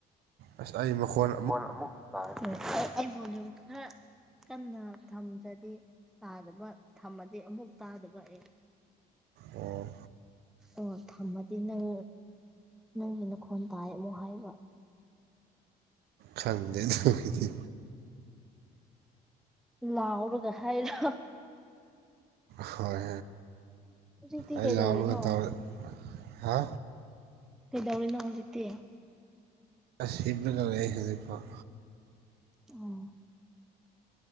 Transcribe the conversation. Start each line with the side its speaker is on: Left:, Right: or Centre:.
Right: ꯑꯁ ꯑꯩ ꯃꯈꯣꯟ
Centre: ꯀꯣꯟ ꯑꯃꯨꯛ ꯇꯥꯏ ꯑꯩ ꯑꯩ ꯚ‌ꯣꯂ꯭ꯌꯨꯝ ꯈꯔ ꯀꯟꯅ ꯊꯝꯗ꯭ꯔꯗꯤ ꯇꯥꯗꯕ ꯊꯝꯃꯗꯤ ꯑꯃꯨꯛ ꯇꯥꯗꯕ ꯑꯦ
Right: ꯑꯣ
Centre: ꯗꯨꯒ ꯊꯝꯃꯗꯤ ꯅꯪ ꯅꯪꯒꯤ ꯅꯈꯣꯟ ꯇꯥꯏ ꯑꯃꯨꯛ ꯍꯥꯏꯕ
Right: ꯈꯪꯗꯦ ꯇꯧꯏꯖꯦ
Centre: ꯂꯥꯎꯔꯒ ꯍꯥꯏꯔꯣ
Right: ꯍꯣꯏ
Centre: ꯍꯧꯖꯤꯛꯇꯤ
Right: ꯑꯩ
Centre: ꯀꯩꯗꯧꯔꯤꯅꯣ
Right: ꯂꯥꯎꯔꯒ ꯇꯧꯔꯛ ꯍꯥ
Centre: ꯀꯩꯗꯧꯔꯤꯅꯣ ꯍꯧꯖꯤꯛꯇꯤ
Right: ꯑꯁ ꯍꯤꯞꯂꯒ ꯂꯩ ꯍꯨꯖꯤꯛꯐꯥꯎ
Centre: ꯑꯣ